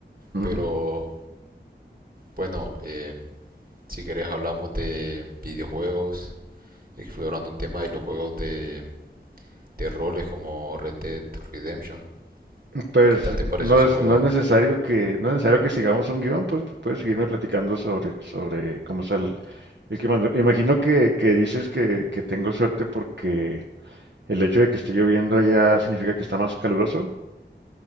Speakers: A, on the right; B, on the right.
A: Ujú.
B: Pero bueno, eh, si querés hablamos de videojuegos, explorando un tema de los juegos de, de roles como Red Dead Redemption.
A: Pues
B: ¿Qué tal
A: eh,
B: te pareció
A: no
B: ese
A: es,
B: juego?
A: no es necesario que, no es necesario que sigamos un guión, pues pu- puedes seguirme platicando sobre, sobre cómo está el, el clima. No, Imagino que, que dices que, que tengo suerte porque el hecho de que esté lloviendo allá significa que está más caluroso.